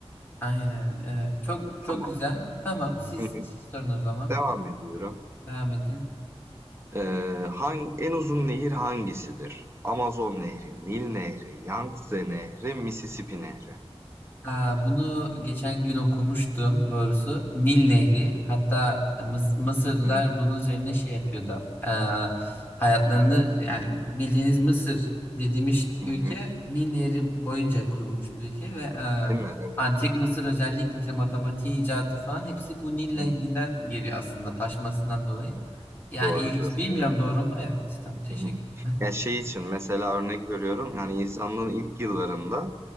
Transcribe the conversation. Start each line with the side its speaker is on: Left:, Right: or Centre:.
Left: Aynen. E, çok çok
Right: Tamam.
Left: güzel. Tamam, Evet. siz
Right: Hı hı.
Left: siz sorun o zaman.
Right: Devam ediyorum.
Left: Devam edin.
Right: Eee hang, en uzun nehir hangisidir? Amazon Nehri, Nil Nehri, Yangtze Nehri, Mississippi Nehri.
Left: Aa, bunu geçen gün okumuştum doğrusu. Nil Nehri. Hatta Mıs- Mısırlılar
Right: hı hı,
Left: bunun üzerine şey yapıyordu. Aa, hayatlarını yani bildiğiniz Mısır dediğimiz
Right: hı
Left: ülke
Right: hı.
Left: Nil Nehri boyunca kurulmuş bir ülke ve aa,
Right: Değil mi? Evet.
Left: Antik Mısır özellikle mesela matematiğin icadı falan hepsi bu Nil Nehri'nden
Right: Hı hı.
Left: geliyor aslında taşmasından dolayı. Yani
Right: Doğrudur.
Left: ilginç. Bilmiyorum
Right: Doğru.
Left: doğru mu? Evet. Tamam teşekkürler.
Right: Hı hı. Ya şey için mesela örnek veriyorum yani insanlığın ilk yıllarında